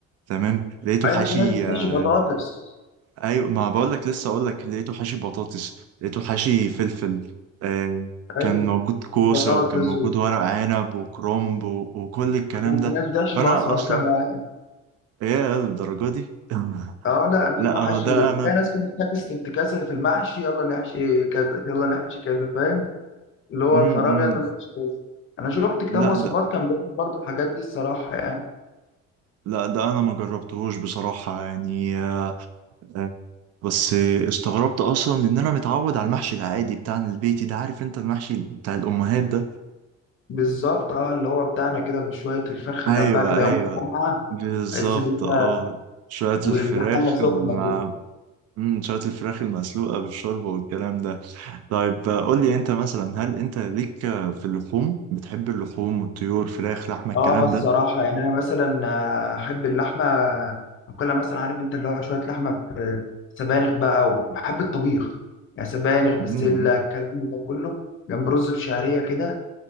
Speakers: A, on the right (about 60°); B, on the left (about 45°).
A: تمام لقيته
B: ايوه
A: حاشي
B: في ناس بتحشي
A: آه،
B: بطاطس
A: ايوه ما بقول لك لسه اقول لك لقيته حاشي بطاطس لقيته حاشي فلفل آه
B: ايوه
A: كان موجود كوسه
B: بطاطس
A: وكان موجود
B: و...
A: ورق عنب وكرنب و- وكل الكلام
B: وفي
A: ده
B: ناس بتحشي
A: فانا
B: بصل
A: اصلا
B: كمان
A: ايه الدرجه دي <laughs>
B: اه لا في
A: لا
B: محاشي
A: هو ده
B: في
A: انا
B: ناس كده بتعكس انتكاسه في المحشي يلا نحشي كذا يلا نحشي كذا فاهم اللي هو
A: امم
B: الفراغ يلا نحشي كذا انا شفت كتاب
A: لا
B: وصفات
A: ده
B: كان بيعمل برضه الحاجات دي الصراحه يعني
A: لا ده انا ما جربتهوش بصراحه يعني آه آه، بس آه، استغربت اصلا ان انا متعود على المحشي العادي بتاعنا البيتي ده عارف انت المحشي بتاع الامهات ده
B: بالظبط اه اللي هو بتاعنا كده بشوية الفرخة
A: ايوه
B: جنبها كده يوم
A: ايوه
B: الجمعة
A: بالظبط
B: تحس إن أنت
A: اه شوية
B: والحلة
A: الفراخ
B: سخنة
A: المع...
B: كده
A: مم، شوية الفراخ المسلوقة بالشوربة والكلام ده طيب آه، قول لي انت مثلا هل انت ليك آه، في اللحوم بتحب اللحوم والطيور فراخ لحمة الكلام
B: اه الصراحة
A: ده
B: يعني أنا مثلا آه، أحب اللحمة أكلها مثلا عارف أنت اللي هو شوية لحمة في سبانخ بقى وبحب الطبيخ يعني سبانخ بسلة
A: مم.
B: الكلام ده كله جنب رز بشعرية كده